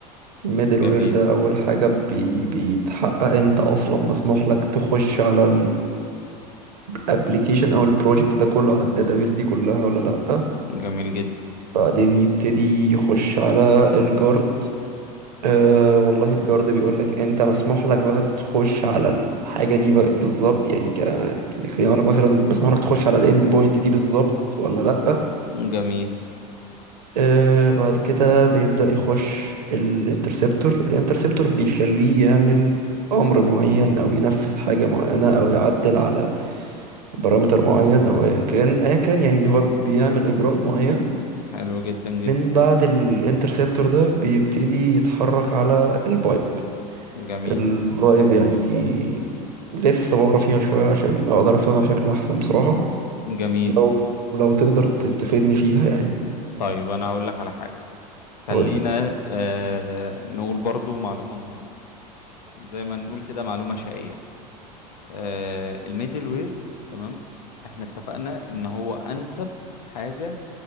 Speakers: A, on the right (about 80°); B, on the left (about 80°).
A: الميدل
B: جميل
A: وير ده اول حاجة بي بيتحقق انت اصلا مسموح لك تخش على الابليكيشن او البروجكت ده كله على الداتابيس دي كلها ولا لا
B: جميل جدا
A: بعدين يبتدي يخش على الجارد أه والله الجارد بيقول لك انت مسموح لك بقى تخش على الحاجه دي بقى بالظبط يعني ك كخلينا لك مثلا مسموح لك تخش على الاند بوينت دي بالظبط ولا لا
B: جميل
A: أه بعد كده بيبدا يخش الانترسبتور الانترسبتور بيخليه يعمل امر معين او ينفذ حاجه معينه او يعدل على بارامتر معين او ايا كان ايا كان يعني هو بيعمل اجراء معين
B: حلو جدا جدا
A: من بعد الانترسبتور ده بيبتدي يتحرك على البايب
B: جميل
A: الفايب يعني لسه بقرا فيها شوية عشان أقدر أفهمها بشكل أحسن بصراحة
B: جميل
A: لو لو تقدر ت- تفيدني فيها يعني
B: طيب أنا هقول لك على حاجة خلينا
A: قولي
B: آه نقول برضو معلومة مهمة زي ما نقول كده معلومة شقية آه الميدل وير تمام إحنا اتفقنا إن هو أنسب حاجة